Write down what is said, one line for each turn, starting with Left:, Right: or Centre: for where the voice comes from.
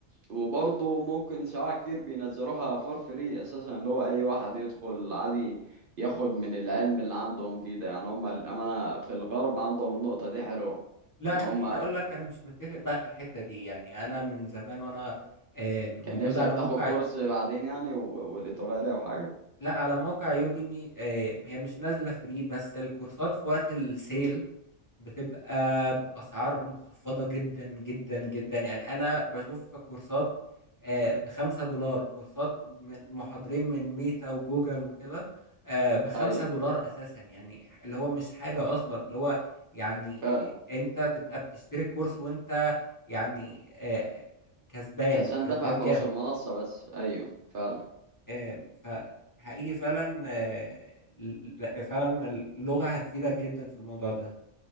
Right: وبرضه ممكن ساعات كتير بينزلوها فور فري اساسا اللي هو اي واحد يدخل عادي ياخد من العلم اللي عندهم دي ده يعني هم للامانه في الغرب عندهم النقطه دي حلوه
Left: لا
Right: ان
Left: خليني
Right: هم
Left: اقول لك انا مش متفق بقى في الحته دي يعني انا من زمان وانا آه، موجود
Right: كان نفسك
Left: على موقع
Right: تاخد كورس بعدين يعني و- ولقيته غالي او حاجه
Left: لا على موقع يوديمي آه، هي مش نازلة فري بس الكورسات في وقت السيل بتبقى بأسعار مخفضة جدا جدا جدا يعني أنا بشوف كورسات آه، بخمسة دولار كورسات من محاضرين من ميتا وجوجل وكده آه، بخمسة
Right: ايوه
Left: دولار أساسا يعني اللي هو مش حاجة أصلا اللي هو يعني
Right: فعلا
Left: أنت تبقى بتشتري كورس وأنت يعني آه، كسبان
Right: انت عشان
Left: كسبان
Right: دافع فلوس
Left: جامد
Right: المنصه بس ايوه فعلا
Left: آم، فحقيقي فعلًا آآ، ل لأ فعلًا اللغة هتفيدك جدًا في الموضوع ده.